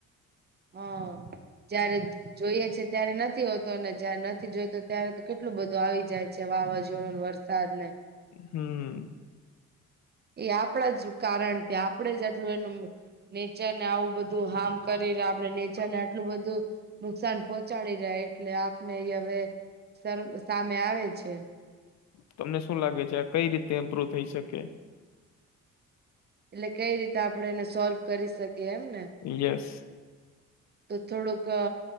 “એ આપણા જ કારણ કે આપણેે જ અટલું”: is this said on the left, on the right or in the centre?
Right